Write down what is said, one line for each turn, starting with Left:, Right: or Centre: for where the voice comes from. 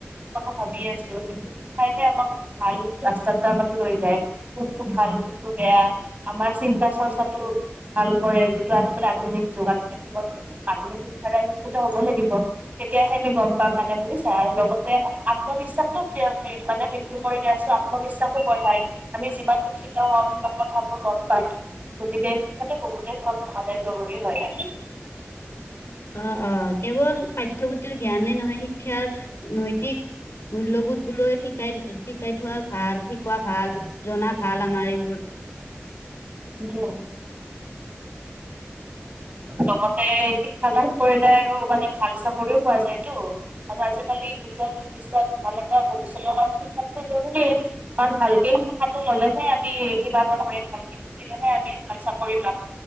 Right: কথা ভাবি আছো। সেইটো শিক্ষাইহে আমাক ভাল ৰাস্তা মানে লৈ যায়। কোনটো ভাল কোনটো বেয়া আমাৰ চিন্তা চৰ্চাটো। ভাল কৰে যিটো আজিকালি আধুনিক যুগত থাকিব। আধুনিক শিক্ষাৰে শিক্ষিত হব লাগিব। তেতিয়াহে আমি গম পাম। মানে বুজিছা আৰু লগতে আত্মবিশ্বাসো আ মানে বৃদ্ধি কৰি আছো আত্মবিশ্বাসো বঢ়াই আমি যিমান শিক্ষিত হম সিমান কথাবোৰ গম পাম। গতিকে সেই টো বহুতে চব মানে জৰুৰী হয় ন।
Left: অ অ কেৱল পাঠ্যপুথিৰ জ্ঞানেই নহয়, শিক্ষাৰ নৈতিক মূল্যবোধবোৰো শিকাই শিকাই থোৱা ভাল শিকোৱা ভাল জনা ভাল আমাৰ এইবোৰ।
Right: কে, লগতে শিক্ষা লাভ কৰিলে আৰু মানে ভাল চাকৰিও পোৱা যায়তো। আৰু আজিকালি উজ্জ্বল ভৱিষ্যত ভাল এটা ভৱিষ্যতৰ বাবে দেই কাৰণ ভালকে শিক্ষাটো ললেহে আমি কিবা এটা কৰিম ভালকে শিকিলেহে আমি ভাল চাকৰি পাম